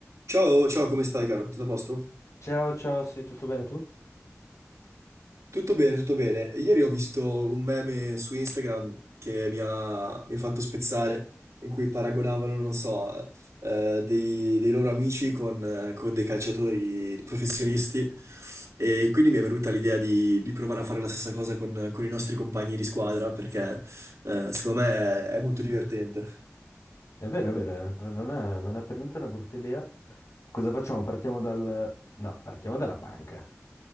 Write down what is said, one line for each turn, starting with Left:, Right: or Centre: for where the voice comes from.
Right: Ciao, ciao, come stai, caro? Tutto a posto?
Left: Ciao, ciao, sì, tutto bene tu?
Right: Tutto bene, tutto bene. Ieri ho visto un meme su Instagram che mi ha, mi ha fatto spezzare, in cui paragonavano, non lo so, eh, dei, dei loro amici con, eh, con dei calciatori professionisti. E quindi mi è venuta l'idea di, di provare a fare la stessa cosa con, con i nostri compagni di squadra, perché, eh, secondo me è molto divertente.
Left: È vero, è vero, eh. non è, non è per niente una brutta idea. Cosa facciamo? Partiamo dal... No, partiamo dalla panca.